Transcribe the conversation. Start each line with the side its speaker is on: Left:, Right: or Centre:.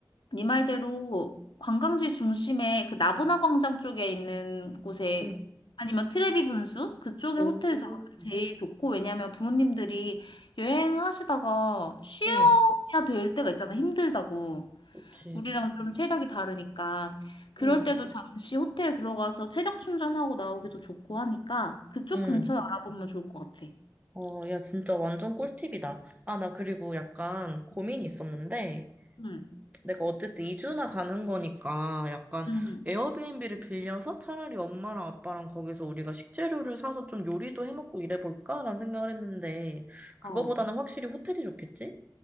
Left: 네 말대로 관광지 중심에 그 나보나 광장 쪽에 있는 곳에
Right: 응,
Left: 아니면 트레비 분수 그쪽에 호텔
Right: 응,
Left: 잡으면 제일 좋고 왜냐면 부모님들이 여행하시다가 쉬어야
Right: 응,
Left: 될 때가 있잖아 힘들다고
Right: 그치.
Left: 우리랑 좀 체력이 다르니까 그럴
Right: 응,
Left: 때도 잠시 호텔에 들어가서 체력 충전하고 나오기도 좋고 하니까 그쪽
Right: 응.
Left: 근처에 알아보면 좋을 것 같아.
Right: 어, 야, 진짜 완전 꿀팁이다. 아, 나 그리고
Left: 응,
Right: 약간 고민이
Left: 응,
Right: 있었는데,
Left: 응.
Right: 내가 어쨌든 2주나 가는 거니까 약간
Left: 응.
Right: 에어비앤비를 빌려서 차라리 엄마랑 아빠랑 거기서 우리가 식재료를 사서 좀 요리도 해먹고 이래볼까라는 생각을 했는데 그거보다는
Left: 응. 어,
Right: 확실히 호텔이 좋겠지?